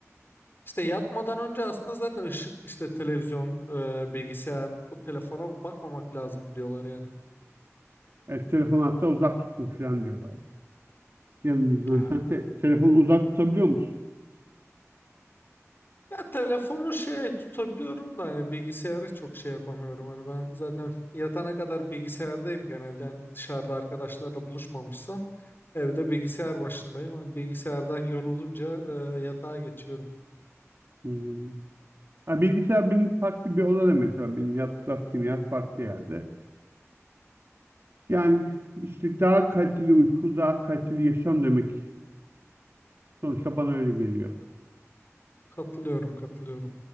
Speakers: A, on the left; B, on the right.
A: İşte yatmadan önce aslında zaten ışık işte televizyon, e, bilgisayar, o telefona bakmamak lazım diyorlar yani.
B: Evet, telefonu hatta uzak tutun falan diyorlar. Yanınızdan.
A: Aha.
B: Sen te telefonu uzak tutabiliyor musun?
A: Ya telefonu şey tutabiliyorum da hani bilgisayarı çok şey yapamıyorum. Hani ben zaten yatana kadar bilgisayardayım genelde. Hani dışarıda arkadaşlarla buluşmamışsam evde bilgisayar başındayım. Hani bilgisayardan yorulunca e, yatağa geçiyorum.
B: Hmm. Ha, bilgisayar benim farklı bir odada mesela. Benim yat- yattığım yer farklı yerde. Yani işte daha kaliteli uyku, daha kaliteli yaşam demek. Sonuçta bana öyle geliyor.
A: Katılıyorum, katılıyorum.